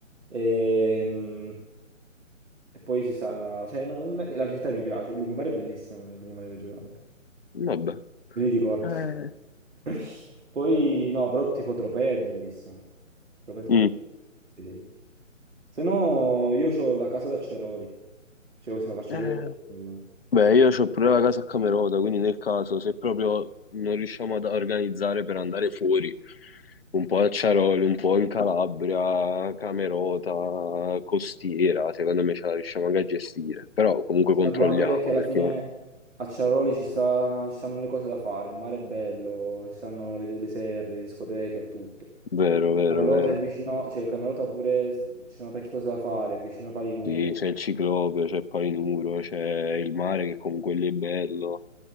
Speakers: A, on the right; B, on the left.
A: e, mm, e poi ci sarà... Cioè, no, a me- la città mi piace, il lungomare è bellissimo, il lungomare di Reggio Calabria.
B: Vabbè.
A: me li ricordo.
B: Eh,
A: <laughs> Poi, no, però tipo Tropea è bellissima. Tropea è troppo...
B: Mm.
A: Sì, sì. sì. Se no, io ho la casa d'acciaroli. Cioè, possiamo farci
B: Eh,
A: pure quello.
B: beh, io ho pure la casa a Camerota, quindi nel caso, se proprio non riusciamo ad organizzare per andare fuori, un po' a Ciaroli, un po' in Calabria, Camerota, Costiera, secondo me ce la riusciamo anche a gestire. Però comunque
A: Infatti, sta
B: controlliamo,
A: buono anche perché alla
B: perché...
A: fine a Ciaroli ci sta- ci stanno le cose da fare. Il mare è bello, ci stanno le, le serre, le discoteche e tutto.
B: Vero, vero,
A: Camerota
B: vero.
A: è vicino, cioè Camerota pure ci sono parecchie cose da fare, è vicino a Palinuro.
B: Sì, c'è il ciclope, c'è Palinuro, c'è il mare che comunque lì è bello.